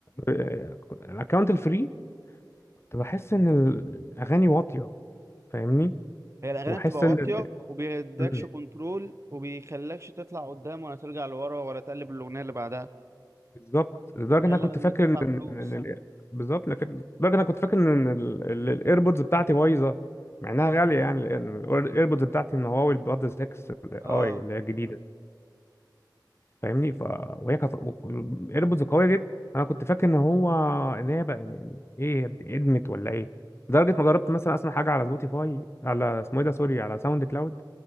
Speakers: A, on the left; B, on the right.
A: آه، الاكونت الفري كنت بحس ان الاغاني واطيه فاهمني
B: هي الاغاني
A: واحس
B: بتبقى
A: ان
B: واطيه وبيدكش
A: مم،
B: كنترول وبيخلكش تطلع قدام ولا ترجع لورا ولا تقلب الاغنيه اللي بعدها
A: بالظبط لدرجه ان انا
B: غير لما
A: كنت فاكر
B: تدفع
A: ان إن-
B: فلوس
A: إن ال- بالظبط لكن لدرجه ان انا كنت فاكر ان الايربودز بتاعتي بايظه مع انها غاليه يعني الايربودز بتاعتي من هواوي البادز 6
B: اه
A: اي اللي هي الجديده فاهمني ف وهي كانت الايربودز قويه جدا انا كنت فاكر ان هو ان هي بقى يعني ايه ادمت ولا ايه لدرجه ما جربت مثلا اسمع حاجه على سبوتيفاي على اسمه ايه ده سوري على ساوند كلاود